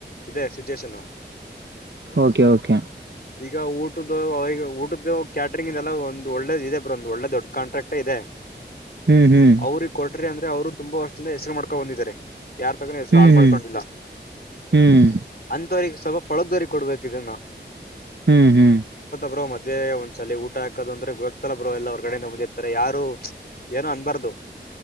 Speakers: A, on the left; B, on the right.
A: ಇದೆ ಸಿಚುವೇಷನ್.
B: ಓಕೆ ಓಕೆ
A: ಈಗ ಊಟದ್ದು ಅವ್ರಿಗೆ ಊಟದ್ದು ಕ್ಯಾಟ್ರಿಂಗಿಂದೇಲ್ಲ ಒಂದು ಒಳ್ಳೆದ್ ಇದೆ ಬ್ರೊ ಒಂದ್ ಒಳ್ಳೆ ದೊಡ್ಡ ಕಾಂಟ್ರಾಕ್ಟೇ ಇದೆ.
B: ಹ್ಮ್ ಹ್ಮ್
A: ಅವ್ರಿಗ್ ಕೊಟ್ರಿ ಅಂದ್ರೆ ಅವ್ರು ತುಂಬಾ ವರ್ಷದಿಂದ ಹೆಸರು ಮಾಡ್ಕೊಂಡ್ ಬಂದಿದ್ದಾರೆ. ಯಾರ್ ತಕ್ಕನು ಹೆಸರು
B: ಹ್ಮ್
A: ಹಾಳ್ ಮಾಡ್ಕೊಂಡಿಲ್ಲ.
B: ಹ್ಮ್ ಹ್ಮ್
A: ಅಂತವರಿಗ್ ಸ್ವಲ್ಪ ಪಳಗ್ದವರಿಗ್ ಕೊಡ್ಬೇಕಿದುನ್ನ
B: ಹ್ಮ್ ಹ್ಮ್
A: ಬ್ರೋ ಮದ್ವೇ ಒಂದ್ ಸಲಿ ಊಟ ಹಾಕದಂದ್ರೆ ಗೊತ್ತಲ್ಲ ಬ್ರೋ ಎಲ್ಲ ಹೊರಗಡೆಯಿಂದ ಬಂದಿರ್ತಾರೆ ಯಾರು ಏನು ಅನ್ಬಾರ್ದು